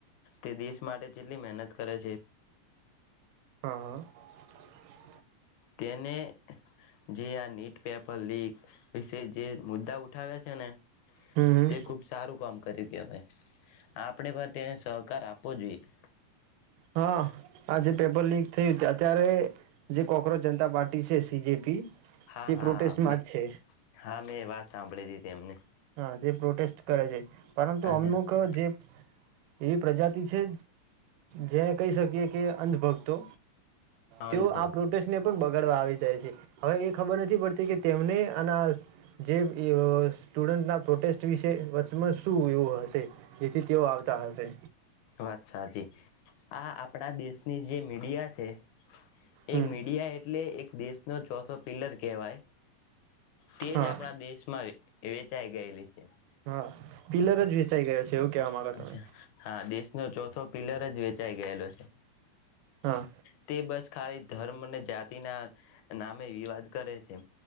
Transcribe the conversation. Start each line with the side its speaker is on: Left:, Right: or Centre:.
Left: તે દેશ માટે ચેટલી મહેનત કરે છે
Right: હા હા
Left: તેને જે આ નીટ પેપર લીક વિશે જે મુદ્દા ઉઠાવ્યા છે ને
Right: હમ હમ
Left: તે ખુબ સારું કોમ કર્યું કેવાય આપણેે પણ તેને સહકાર આપવો જોઈએ
Right: હા આ જે પેપર લીક થયું અત્યારે જે કોકરોજ જનતા પાર્ટી છે છે સી જેે પી
Left: હા
Right: તે
Left: હા
Right: પ્રોટેસ્ટમાં
Left: હા મે
Right: જ છે
Left: હા મેં વાત સાંભળીતી તેમની
Right: હા જે પ્રોટેસ્ટ કરે છે પરંતુ
Left: અચ્છા
Right: અમુક જે એવી પ્રજાતિ છે જેને કહી શકીએ કે અંધ ભક્તો
Left: અંધભક્ત
Right: તેઓ આ પ્રોટેસને પણ બગાડવા આવી જાય છે હવે એ ખબર નથી પડતી કે તેમને અને આજે એવોસ સ્ટુડન્ટના પ્રોટેસ્ટ વિશે શું એવું હશે જેથી તેઓ આવતા હશે
Left: વાત સાચી આ આપણા દેશની જે મીડિયા છે
Right: હમ
Left: એ મીડિયા એટલે એક દેશનો ચોથો પિલ્લર કહેવાય. તેજ
Right: હા
Left: આપણા દેશમાં વેચાઈ ગયેલી છે.
Right: હા પિલર જ વેચાઈ ગયો છે એવું કહેવા માંગો તમે
Left: અચ્છા. હા દેશનો ચોથો પિલર જ વેચાઈ ગયેલો છે.
Right: હા
Left: તે બસ ખાલી ધર્મને જા જાતી ના નામે વિવાદ કરે છે.